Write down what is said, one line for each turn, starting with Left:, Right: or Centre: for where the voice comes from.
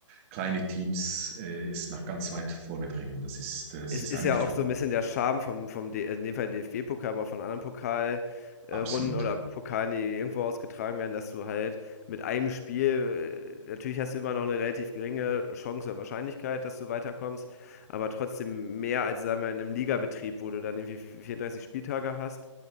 Right: kleine Teams äh, es nach ganz weit vorne bringen. Das ist, das
Left: es
Right: ist
Left: ist
Right: Das eigentlich
Left: ja auch
Right: so.
Left: so
Right: toll.
Left: ein bisschen der Charme vom vom D in dem Fall DFB-Pokal, aber auch von anderen Pokalrunden
Right: Absolut.
Left: oder Pokalen, die irgendwo ausgetragen werden, dass du halt mit einem Spiel äh, natürlich hast du immer noch eine relativ geringe Chance oder Wahrscheinlichkeit, dass du weiterkommst, aber trotzdem mehr als, sagen wir, in 'nem Ligabetrieb, wo du dann irgendwie v 34 Spieltage hast